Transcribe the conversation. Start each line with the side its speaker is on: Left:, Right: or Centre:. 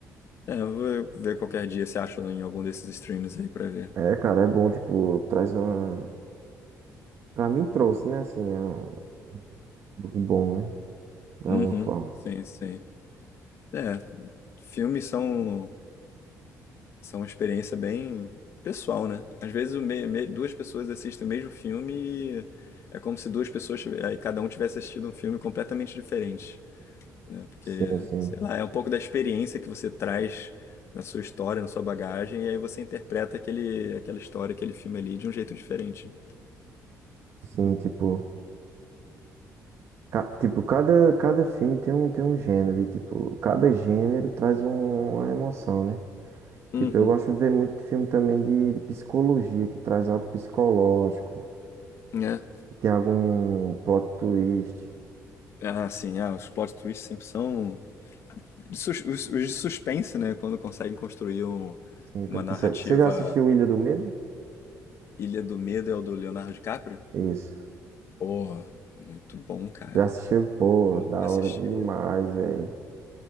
Left: É, eu vou ver qualquer dia se acha em algum desses streams aí pra ver.
Right: É, cara, é bom, tipo, traz uma... Pra mim trouxe, né, assim, é um- algo bom, né? De
Left: Uhum,
Right: alguma forma.
Left: sim, sim. É, filmes são, são uma experiência bem pessoal, né? Às vezes o me- me- duas pessoas assistem o mesmo filme e é como se duas pessoas, tive- aí cada um tivesse assistido um filme completamente diferente, né? Porque,
Right: Sim, sim.
Left: sei lá, é um pouco da experiência que você traz na sua história, na sua bagagem, e aí você interpreta aquele, aquela história, aquele filme ali de um jeito diferente.
Right: Sim, tipo... Ca- Tipo, cada, cada filme tem um, tem um gênero, e tipo, cada gênero traz um- uma emoção, né?
Left: Uhum.
Right: Tipo, eu gosto de ver muito filme também de, de psicologia, que traz algo psicológico,
Left: É,
Right: que tem algum plot twist.
Left: Ah, sim, ah, os plot twists sempre são de sus- os, os de suspense, né? Quando conseguem construir um-
Right: Sim,
Left: uma
Right: quando
Left: narrativa
Right: consegue- Você já assistiu Ilha do Medo?
Left: Ilha do Medo é o do Leonardo DiCaprio.
Right: Isso.
Left: Porra, muito bom, cara.
Right: Já assistiu? Pô,
Left: Bom
Right: da
Left: assistir.
Right: hora demais, velho.